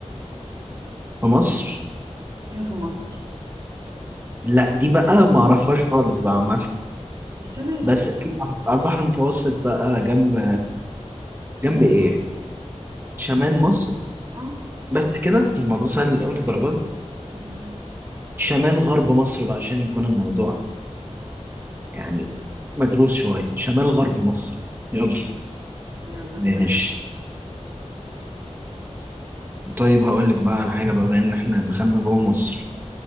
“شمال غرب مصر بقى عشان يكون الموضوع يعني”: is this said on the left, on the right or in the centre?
Right